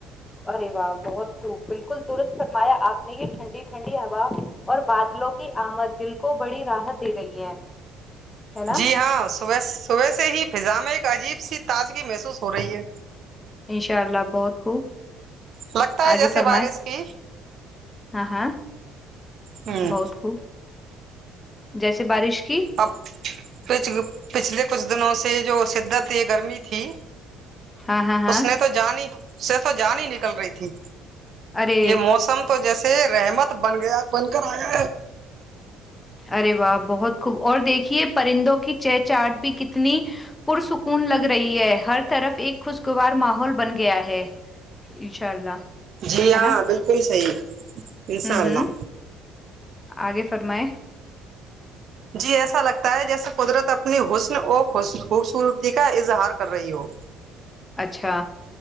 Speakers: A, on the left (about 20°); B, on the right (about 50°).
A: ارے واہ بہت د بالکل درست فرمایا آپ نے یہ ٹھنڈی ٹھنڈی ہوا اور بادلوں کی آمد دل کو بڑی راحت دے رہی ہے ہے نا
B: جی ہاں صبح صبح سے ہی فضا ایک عجیب سی تازگی محسوس ہو رہی ہے
A: انشاء اللہ بہت خوب
B: لگتا ہے
A: اگے
B: جیسے
A: فرمائے
B: بارش کی
A: ہاں ہاں
B: ہوں
A: بہت خوب جیسے بارش کی
B: اب پچ پچھلے کچھ دنوں سے جو شدت تے گرمی تھی
A: ہاں ہاں ہاں
B: اس نے تو جو جانی سے تو جانی ہی نکل رہی تھی
A: ارے
B: یہ موسم تو جیسے رحمت بن گیا بن کر آیا
A: ارے واہ بہت خوب اور دیکھیے پرندوں کی چہ چاہٹ بھی کتنی پرسکون لگ رہی ہے ہر طرف ایک خوشگوار ماحول بن گیا ہے انشاء اللہ
B: جی
A: ہے
B: ہاں
A: نا
B: بالکل صحیح انشاء
A: ہوں
B: اللہ
A: ہوں اگے فرمائیں
B: جی ایسا لگتا ہے جیسے قدرت اپنی حسن اور خوبصور یک کا اظہار کر رہی ہو
A: اچھا